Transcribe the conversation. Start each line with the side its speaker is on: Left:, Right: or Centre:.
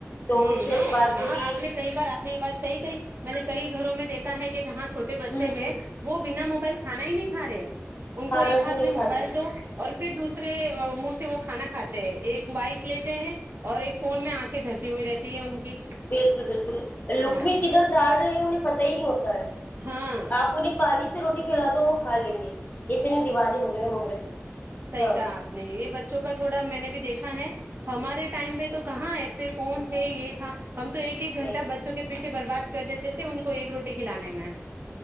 Left: تو
Right: ہ
Left: اس
Right: ہاں
Left: اعتبار سے
Right: ہاں
Left: بھی
Right: آپ نے کئی بار آپ نے یہ بات صحی کہ میں نے کہئی وں میں دیکھا ہے کہ جہاں سے چھوٹے بچے
Left: ہوں ہوں
Right: ہیں وہ بنا موبائل کے کھانا ہی نہیں کا رہے ان
Left: کھانا
Right: کو ایک
Left: ہی
Right: ہاتھ
Left: نہیں
Right: میں
Left: کھاتے
Right: موبائل
Left: ہیں
Right: دو اور پھر پھر دوسرے منہ سے وہ کھانا کھاتے ہیں ایک بائک لیتے ہیں اور ایک فون میں آنکھے دھرتے سی ہوئی رہتی ہے ان کی
Left: بالکل بالکل لکم
Right: ہاں
Left: کدھر داڑ رہے انہیں پتا ہی نہیں ہوتا ہے
Right: ہاں
Left: آپ انہیں پانی سے سے روٹی کھلا دو وہ کا لیں گے اتنے دیوانے ہو گئے ہیں موبائل سے
Right: صحی
Left: ہاں
Right: کہا آپ نے یہ بچوں کا تھوڑا میں نے بھی دیکھا ہے ہمارے ٹائم میں تو کہاں ایسے فون تھے یہ تھا ہم تو ایک گنٹ
Left: نہیں
Right: بچوں کے پیھے برباد کر دیتے تھے ان کو ایک روٹی کھلانے میں